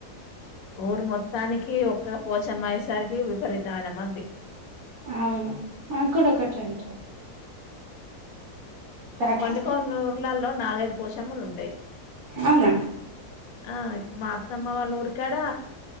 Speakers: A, on the left; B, on the right.
A: ఊరు మొత్తానికి ఒక్క పోచమ్మాయిసరికి విపరీత మైన మంది
B: అవును మాకు కూడా ఒకటే ఉంటది స్టార్టింగ్
A: కొన్ని కొనూర్లలో నాలుగైదు పోషమ్మలు ఉంటాయి
B: అవునా
A: ఆ ఇప్పు మాత్తమ్మ వాళ్ళఊరుకా డ